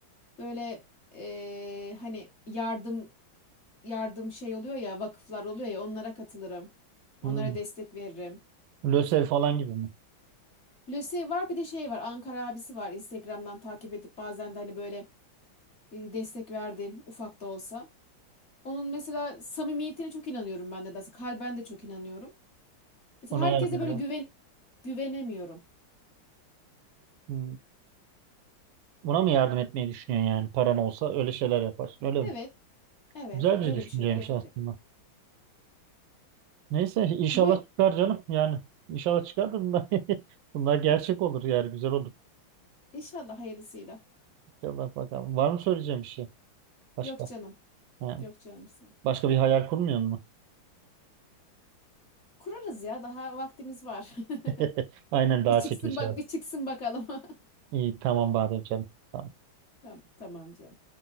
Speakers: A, on the left; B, on the right.
A: Böyle eee, hani yardım yardım şey oluyor ya vakıflar oluyor ya onlara katılırım. Onlara
B: Hı.
A: destek veririm.
B: Lösev falan gibi mi?
A: Lucy var bir de şey var Ankara abisi var Instagram'dan takip edip bazen de hani böyle e, destek verdiğim ufak da olsa. Onun mesela samimiyetine çok inanıyorum ben de. Kalben de çok inanıyorum. Mesela
B: Ona
A: herkese
B: yardım
A: böyle
B: eder.
A: güven güvenemiyorum.
B: Hı. Buna mı yardım etmeyi düşünüyorsun yani paran olsa öyle şeyler yaparsın öyle mi?
A: Evet, evet
B: Güzel
A: öyle
B: bir düşünceymiş
A: bir şeyler yapabilirim.
B: aslında. Neyse inşallah
A: Bu
B: çıkar canım yani inşallah çıkar da bunlar, <laughs> bunlar gerçek olur yani güzel olur.
A: inşallah hayırlısıyla.
B: İnşallah bakalım. Var mı söyleyeceğim bir şey başka?
A: Yok canım,
B: Ha,
A: yok canım sağ ol.
B: Başka bir hayal kurmuyor mu?
A: Kurarız ya daha vaktimiz var.
B: <laughs>
A: <laughs>
B: Aynen daha
A: Bir çıksın
B: çekiliş
A: bak,
B: var.
A: bir çıksın bakalım. <laughs>
B: İyi tamam Badem canım. Tamam.
A: Tamam, tamam canım.